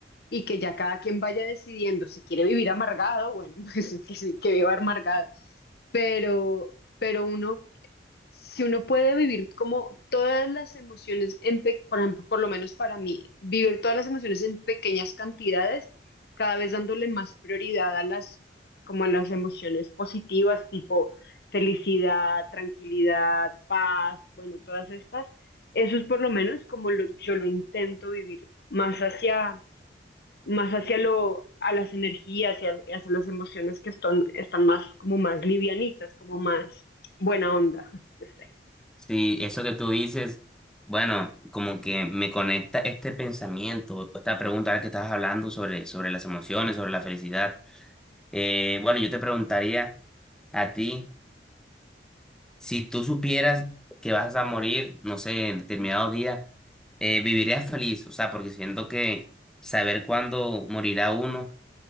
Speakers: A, on the left (about 60°); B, in the centre.
A: Y que ya cada quien vaya decidiendo si quiere vivir amargado, bueno, <laughs> pues que, sí, que viva amargado, pero, pero uno si uno puede vivir como todas las emociones, en pe- por ejemplo, por lo menos para mí, vivir todas las emociones en pequeñas cantidades, cada vez dándole más prioridad a las, como a las emociones positivas, tipo felicidad, tranquilidad, paz, bueno, todas estas, eso es por lo menos como lo- yo lo intento vivir, más hacia, más hacia lo, a las energías y a- y hacia las emociones que están, están más, como más livianitas, como más buena onda. <laughs>
B: Sí, eso que tú dices, bueno, como que me conecta este pensamiento, esta pregunta ahora que estabas hablando sobre, sobre las emociones, sobre la felicidad. Eh, bueno, yo te preguntaría a ti, si tú supieras que vas a morir, no sé, en determinado día, eh, ¿vivirías feliz? O sea, porque siento que saber cuándo morirá uno